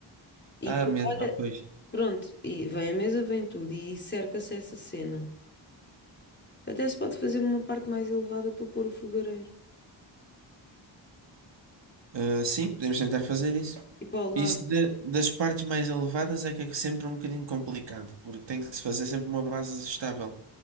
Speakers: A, on the left; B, on the right.
A: E
B: Ah,
A: tu,
B: medo.
A: olha,
B: Ah, pois.
A: pronto, e vem a mesa, vem tudo e cerca-se essa cena. Até se pode fazer uma parte mais elevada para pôr o fogareiro.
B: Ah, sim, podemos tentar fazer isso.
A: E para o
B: Isso
A: lado.
B: de- das partes mais elevadas é que é sempre um bocadinho complicado, porque tem que se fazer sempre uma base estável.